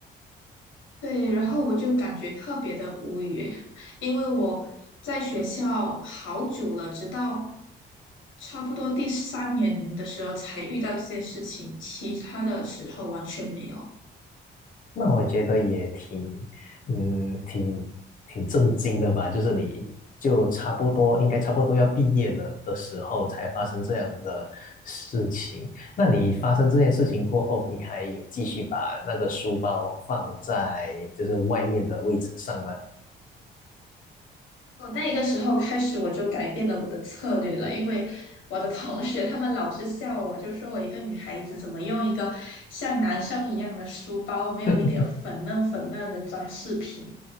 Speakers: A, on the left (about 80°); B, on the left (about 40°).
A: 对，然后我就感觉特别的无语，<laughs> 因为我在学校好久了，直到差不多第三年的时候才遇到这件事情，其他的时候完全没有。
B: 那我觉得也挺，嗯，挺挺震惊的吧。就是你就差不多应该差不多要毕业了的时候，才发生这样的事情。那你发生这件事情过后，你还有继续把那个书包放在就是外面的位置上吗？
A: 我那一个时候开始，我就改变了我的策略了，因为我的同学他们老是笑我，就说我一个女孩子怎么用一个像男生一样的书包，没有一点粉嫩粉嫩的装饰品。
B: <laughs>